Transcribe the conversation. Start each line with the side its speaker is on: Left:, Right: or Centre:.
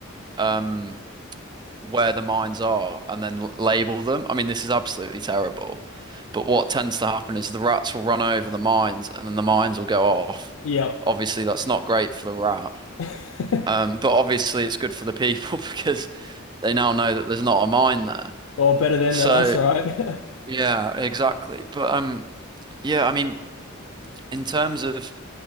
Right: um where the mines are and then l- label them. I mean, this is absolutely terrible. But what tends to happen is the rats will run over the mines and then the mines will go off.
Left: Yep.
Right: Obviously, that's not great for the rat.
Left: <laughs>
Right: Um, but obviously, it's good for the people <laughs> because they now know that there's not a mine there.
Left: Well, better then
Right: So
Left: than us, right? <laughs>
Right: yeah, exactly. But um, yeah, I mean, in terms of